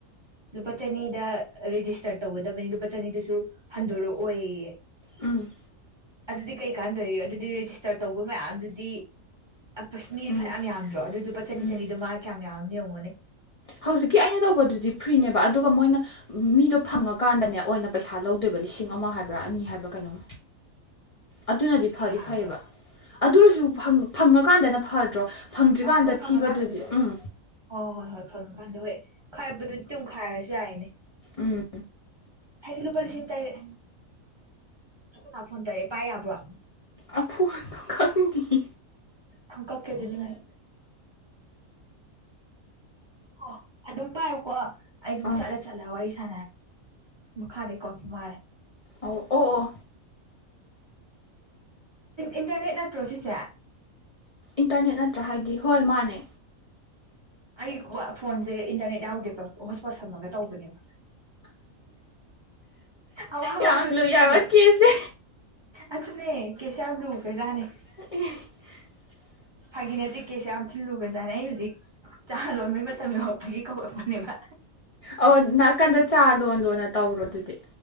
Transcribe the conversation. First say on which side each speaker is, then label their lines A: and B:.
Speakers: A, on the right; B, on the left.
A: ꯂꯨꯄꯥ ꯆꯅꯤꯗ ꯔꯦꯖꯤꯁꯇꯔ ꯇꯧꯒꯗꯕꯅꯤ ꯂꯨꯄꯥ ꯆꯅꯤꯗꯨꯁꯨ ꯍꯟꯗꯣꯔꯛꯑꯣꯌꯦ
B: ꯎꯝ
A: ꯑꯗꯨꯗꯤ ꯀꯩꯀꯥꯟꯗꯔꯤ ꯑꯗꯨꯗꯤ ꯔꯦꯖꯤꯁꯇꯔ ꯇꯧꯕ ꯃꯌꯥꯝ ꯑꯗꯨꯗꯤ ꯑ ꯃꯤ
B: ꯎꯝ
A: ꯐ ꯌꯥꯝꯗ꯭ꯔꯣ ꯑꯗꯨꯗꯨꯄꯥ ꯆꯅꯤ
B: ꯎꯝ
A: ꯆꯅꯤꯗꯨꯣ ꯃꯥ ꯀꯌꯥꯝ ꯌꯥꯝꯝꯗ ꯃꯅꯦ
B: ꯍꯧꯖꯤꯛꯀꯤ ꯑꯩꯅ ꯇꯧꯕꯗꯨꯗꯤ ꯐ꯭ꯔꯤꯅꯦꯕ ꯑꯗꯨꯒ ꯃꯣꯏꯅ ꯃꯤꯗꯣ ꯐꯪꯉꯀꯥꯟꯗꯅꯦ ꯑꯣꯏꯅ ꯄꯩꯁꯥ ꯂꯧꯗꯣꯏꯕ ꯂꯤꯁꯤꯡ ꯑꯃ ꯍꯥꯏꯕ꯭ꯔꯥ ꯑꯅꯤ ꯍꯥꯏꯕ꯭ꯔꯥ ꯀꯩꯅꯣꯝ ꯑꯗꯨꯅꯗꯤ
A: ꯑ
B: ꯐꯗꯤ
A: ꯌꯥꯝꯗ꯭ꯔꯣ
B: ꯐꯩꯌꯦꯕ ꯑꯗꯨ ꯑꯣꯏꯔꯁꯨ ꯐꯪꯉꯀꯥꯟꯗꯅ ꯐꯗ꯭ꯔꯣ ꯐꯪꯗ꯭ꯔꯤꯀꯥꯟꯗ
A: ꯑ ꯍꯣꯏ ꯐꯪꯉꯀꯥꯟꯗꯅꯕꯅꯦ
B: ꯊꯤꯕꯗꯨꯗꯤ
A: ꯑꯗꯨꯗꯤ
B: ꯎꯝ
A: ꯍꯣꯏ ꯍꯣꯏ ꯍꯣꯏ ꯐꯪꯉ ꯀꯥꯟꯗꯣ ꯍꯣꯏ ꯈꯥꯏꯕꯗꯨꯗꯤ ꯑꯗꯨꯝ ꯈꯥꯏꯔꯁꯨ ꯌꯥꯏꯅꯦ
B: ꯎꯝ
A: ꯍꯥꯏꯗꯤ ꯂꯨꯄꯥ ꯂꯤꯁꯤꯡ ꯇꯔꯦꯠ ꯂ ꯃꯥ ꯐꯣꯟ ꯇꯔꯦꯠ ꯄꯥꯏ ꯌꯥꯕ꯭ꯔꯣ
B: ꯑꯅ ꯈꯪꯒꯤ
A: ꯀꯀꯦꯗꯨꯗꯤ ꯑꯣ ꯑꯗꯨꯝ ꯄꯥꯏꯌꯨꯀꯣ ꯑꯩ ꯑꯗꯨꯝ
B: ꯑꯥ
A: ꯆꯠ ꯆꯠꯂ ꯋꯥꯣꯏꯁ ꯃ ꯈꯥꯗꯦ ꯀꯣꯄ ꯃꯥꯔ
B: ꯑꯣ ꯑꯣ ꯑꯣ
A: ꯏꯟꯇꯔꯅꯦꯠ ꯅꯠꯇ꯭ꯔꯣ ꯁꯤꯁꯦ
B: ꯏꯟꯇꯔꯅꯦꯠ ꯅꯠꯇ꯭ꯔꯥ ꯍꯥꯏꯗꯤ ꯍꯣꯏ ꯃꯥꯅꯦ
A: ꯑꯩ ꯐꯣꯟꯁꯦ ꯏꯟꯇꯔꯅꯦꯠ ꯌꯥꯎꯗꯦꯕ ꯍꯣꯁꯄꯣꯠ ꯁꯝꯃꯒ ꯇꯧꯕꯅꯦꯕ ꯑꯋꯥꯕꯕꯨꯅꯤꯁꯤꯁꯨ
B: ꯌꯥꯝ ꯂꯨꯏ ꯍꯥꯏꯕ ꯀꯦꯁꯁꯦ
A: ꯑꯗꯨꯅꯦ ꯀꯦꯁꯦ ꯌꯥꯝꯨ꯭ꯔꯦꯖꯥꯠꯅꯦ
B: ꯎ
A: ꯍꯥꯏꯒꯤꯅꯦ ꯇ ꯀꯦꯁꯦ ꯌꯥꯝ ꯊꯤꯜꯂꯨ ꯖꯥ ꯑꯩ ꯍꯧꯖꯤꯛ ꯆꯥꯗ ꯃꯇꯝ ꯌꯧꯔꯛꯄꯒꯤ ꯀꯧꯔꯛꯄꯅꯦꯕ
B: ꯑꯣ ꯅꯥꯀꯟꯗ ꯆꯥ ꯂꯣꯟ ꯂꯣꯟꯅ ꯇꯧꯔꯣ ꯑꯗꯨꯗꯤ